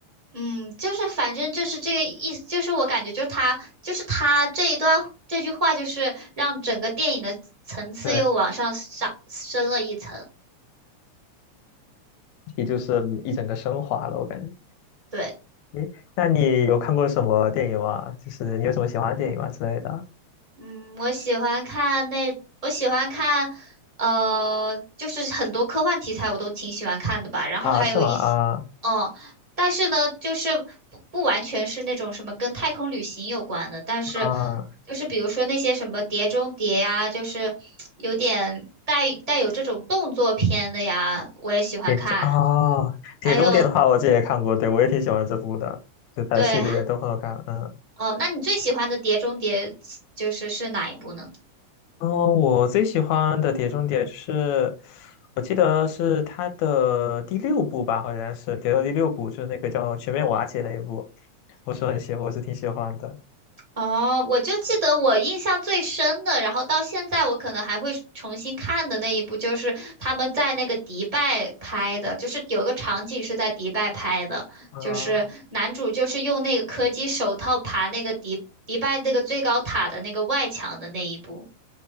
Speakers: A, on the right; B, on the left.
A: 嗯，就是反正就是这个意思，就是我感觉就是他，就是他这一段这句话，就是让整个电影的层次又往上上升了一层。
B: 对，也就是一整个升华了，我感觉。
A: 对。
B: 诶，那你有看过什么电影吗？就是你有什么喜欢的电影吗之类的？
A: 嗯，我喜欢看那，我喜欢看，呃，就是很多科幻题材我都挺喜欢看的吧。然后还有一些，
B: 啊，是吗？啊。
A: 嗯，但是呢，就是不不完全是那种什么跟太空旅行有关的，但是
B: 啊，
A: 就是比如说那些什么《碟中谍》呀，就是有点带带有这种动作片的呀，我也喜欢看。
B: 铁中啊，铁中谍的话，
A: 还有，
B: 我这也看过，对，我也挺喜欢这部的，就它的系列都很好看。
A: 对，
B: 嗯，
A: 哦，那你最喜欢的《碟中谍》就是是哪一部呢？
B: 哦，我最喜欢的铁中谍就是，我记得是它的第六部吧，好像是铁中谍第六部，就是那个叫全面瓦解那一部，我是很喜，我是挺喜欢的。
A: 哦，我就记得我印象最深的，然后到现在我可能还会重新看的那一部，就是他们在那个迪拜拍的，就是有一个场景是在迪拜拍的，
B: 啊、
A: 就是男主就是用那个科技手套爬那个迪迪拜那个最高塔的那个外墙的那一部。
B: 哦，